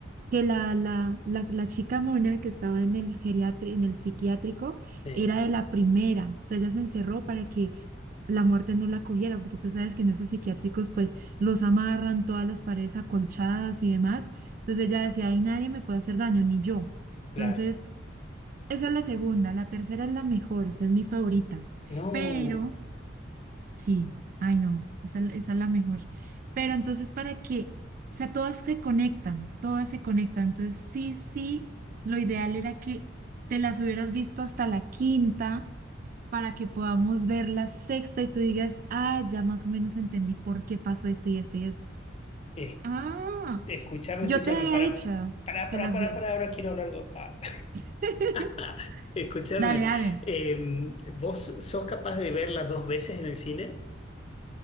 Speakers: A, on the right; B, on the left.
A: que la, la, la, la chica mona que estaba en el geriatri- en el psiquiátrico,
B: Sí,
A: era de la primera. O sea, ella se encerró para que la muerte no la cogiera, porque tú sabes que en esos psiquiátricos, pues, los amarran todas las paredes acolchadas y demás. Entonces ella decía, ahí nadie me puede hacer daño, ni yo.
B: claro.
A: Entonces, esa es la segunda. La tercera es la mejor, esa es mi favorita.
B: No,
A: Pero Sí, ay no, esa, esa es la mejor. Pero entonces, ¿para qué? O sea, todas se conectan, todas se conectan. Entonces, sí, sí, lo ideal era que te las hubieras visto hasta la quinta para que podamos ver la sexta y tú digas, ah, ya más o menos entendí por qué pasó esto y esto y esto.
B: es
A: Ah,
B: Escúchame,
A: yo
B: escúchame,
A: te había
B: para,
A: dicho
B: para,
A: que
B: para,
A: las
B: para,
A: vieras.
B: para, ahora quiero hablar yo. Ah,
A: <laughs>
B: <laughs> Escúchame,
A: Dale, dale.
B: em, ¿vos sos capaz de verla dos veces en el cine?